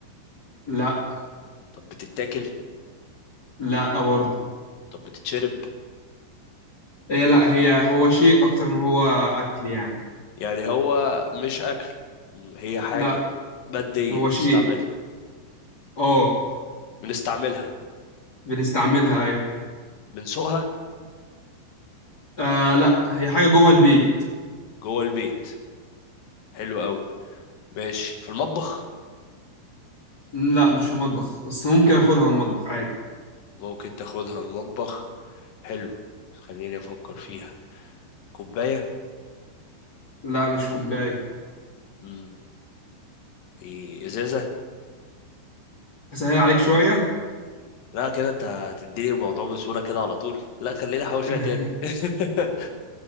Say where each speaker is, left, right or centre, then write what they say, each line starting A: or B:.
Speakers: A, on the left (about 35°); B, on the left (about 65°).
A: لا
B: طب بتتاكل
A: لا برضه
B: طب بتتشرب
A: هي لا هي هو شيء اكتر ما هو اكل يعني
B: يعني هو مش أكل هي حاجة
A: لا
B: مادية
A: هو شيء
B: نستعملها
A: اه
B: بنستعملها
A: بنستعملها ايوه
B: بنسوقها
A: آه لا هي حاجة جوه البيت
B: جوه البيت حلو قوي ماشي في المطبخ
A: لا مش في المطبخ بس ممكن اخدها المطبخ عادي
B: ممكن تاخدها المطبخ حلو خليني أفكر فيها كوباية
A: لا مش كوباية
B: مم. إيه، إزازة
A: اسهل عليك شوية
B: لا كده أنت هتديني الموضوع بصورة كده على طول لا خليني أحاول فيها
A: <laughs>
B: تاني <laughs>